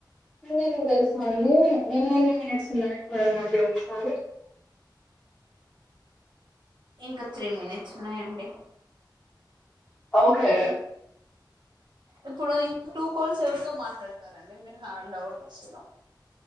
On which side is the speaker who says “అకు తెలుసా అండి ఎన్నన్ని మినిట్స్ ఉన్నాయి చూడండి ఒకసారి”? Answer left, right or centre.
Centre